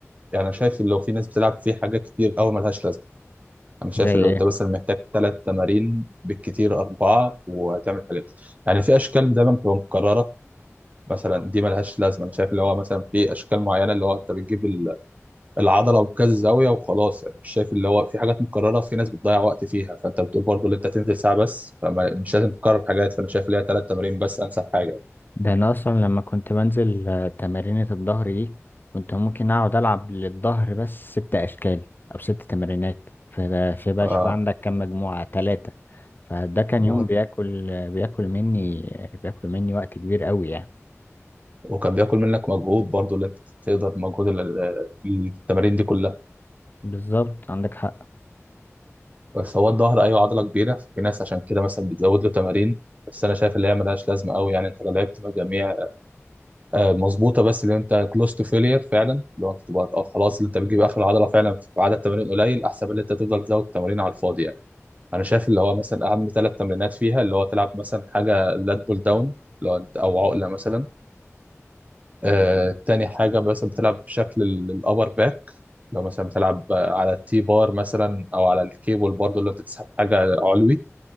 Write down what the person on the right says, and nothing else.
يعني أنا شايف لو في ناس بتلعب فيه حاجات كتير قوي ملهاش لازمه انا شايف
اللي انت مثلا محتاج ثلاث تمارين بالكتير اربعه وهتعمل حاجات يعني في اشكال دايما بتبقى مكرره مثلا دي ملهاش لازمه انا شايف اللي هو مثلا في اشكال معينه اللي هو انت بتجيب ال- العضله بكذا زاويه وخلاص يعني مش شايف اللي هو في حاجات مكرره في ناس بتضيع وقت فيها فانت بتقول برضو اللي انت تنزل ساعه بس فمش لازم تكرر حاجات فانا شايف اللي هي ثلاث تمارين بس انسب حاجه
آه
وه-
وكان بياكل منك مجهود برضو اللي انت تقدر مجهود ال- ال- التمارين دي كلها
بس هو الظهر ايوه عضله كبيره ففي ناس عشان كده مثلا بتزود له تمارين بس انا شايف اللي هي ملهاش لازمه قوي يعني انت لو لعبت مجاميع آه، مظبوطه بس اللي انت كلوز تو فيلير فعلا لو انت تبقى آه، خلاص اللي انت بتجيب اخر العضله فعلا في عدد تمارين قليل احسن من اللي انت تفضل تزود تمارين على الفاضي يعني انا شايف اللي هو مثلا اهم ثلاث تمرينات فيها اللي هو تلعب مثلا حاجه لات بول داون لو انت او عقله مثلا آه، تاني حاجه مثلا بتلعب بشكل الابر باك لو مثلا بتلعب آه، على التي بار مثلا او على الكيبل برضه اللي انت تسحب حاجه علوي